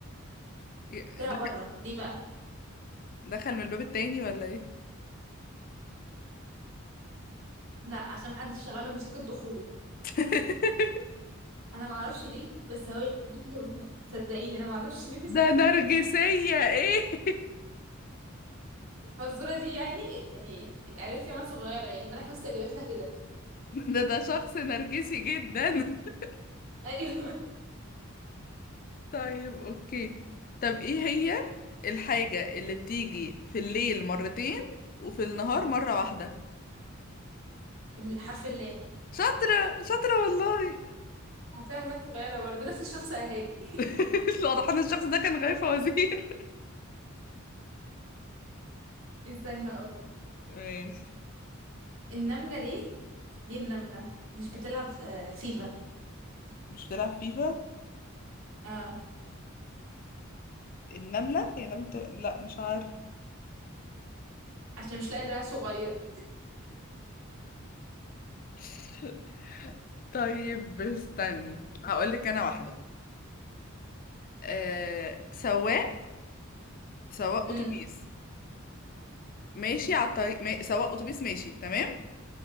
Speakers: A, on the left; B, on the right.
A: ي-
B: طلع
A: دخل
B: بره ليه بقى
A: دخل من الباب التاني ولا ايه
B: لا عشان محدش شغال له موسيقى دخوله
A: <laughs>
B: انا معرفش ليه بس هو جابتها صدقيني انا معرفش ليه بس
A: ده
B: هي
A: نرجسية
B: جابتها
A: ايه <laughs>
B: الفزوره دي يعني يعني اتقالت لي وانا صغيره يعني فانا بس جابتها كده
A: ده ده شخص نرجسي جدا <laughs>
B: ايوه
A: طيب اوكي طب ايه هي الحاجة اللي بتيجي في الليل مرتين وفي النهار مرة واحدة
B: <laughs> حرف اللام
A: شاطرة شاطرة والله
B: عارفاها وانا صغيره برضه نفس الشخص قالها لي <laughs>
A: <laughs> واضح ان الشخص ده كان غايب فوازير
B: استني هقولك
A: ماشي
B: النمله ليه ليه النمله مش بتلعب آه، فيفا
A: مش بتلعب فيفا
B: اه
A: النملة هي النملة بتلعب... لا مش عارف
B: عشان مش لاقي دراع صغير
A: <laughs> طيب استني هقول لك انا واحدة أه... سواق سواق
B: امم
A: اتوبيس ماشي على الطريق ما... سواق اتوبيس ماشي تمام